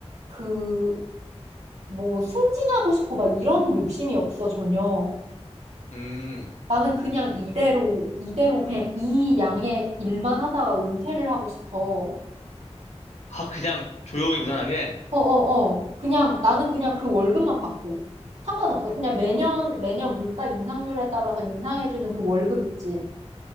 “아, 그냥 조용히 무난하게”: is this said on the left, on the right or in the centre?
Left